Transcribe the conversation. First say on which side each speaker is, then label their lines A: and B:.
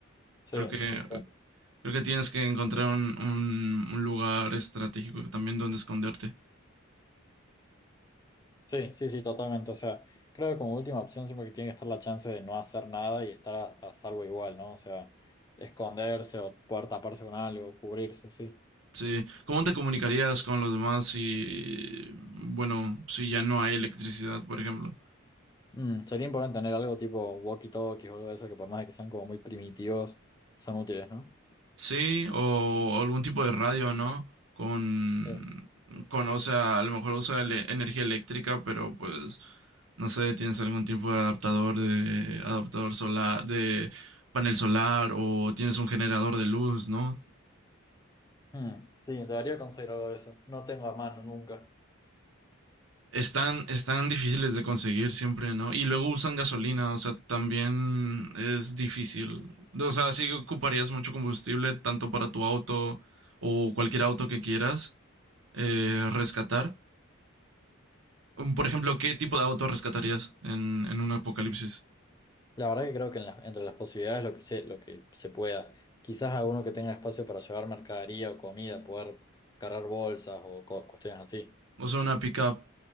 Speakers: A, on the left (about 20°); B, on the right (about 75°).
A: Sí,
B: Creo que,
A: tal cual.
B: creo que tienes que encontrar un, un- un lugar estratégico también donde esconderte.
A: Sí, sí, sí, totalmente. O sea, creo que como última opción siempre que tiene que estar la chance de no hacer nada y estar a, a salvo igual, ¿no? O sea, esconderse o poder taparse con algo, cubrirse, sí.
B: Sí, ¿cómo te comunicarías con los demás si, bueno, si ya no hay electricidad, por ejemplo?
A: Mm, sería importante tener algo tipo walkie-talkies o algo de eso que por más de que sean como muy primitivos, son útiles, ¿no?
B: Sí, o algún tipo de radio, ¿no? Con,
A: Sí.
B: con, o sea, a lo mejor usa ele- energía eléctrica, pero pues, no sé, tienes algún tipo de adaptador de adaptador solar, de panel solar, o tienes un generador de luz, ¿no?
A: Mm, sí, debería conseguir algo de eso. No tengo a mano nunca.
B: están, están difíciles de conseguir siempre, ¿no? Y luego usan gasolina, o sea, también es difícil. O sea, sí ocuparías mucho combustible, tanto para tu auto o cualquier auto que quieras eh, rescatar. Por ejemplo, ¿qué tipo de auto rescatarías en, en un apocalipsis?
A: La verdad que creo que en las- entre las posibilidades lo que se, lo que se pueda. Quizás alguno que tenga espacio para llevar mercadería o comida, poder cargar bolsas o co- cuestiones así.
B: O sea, una pickup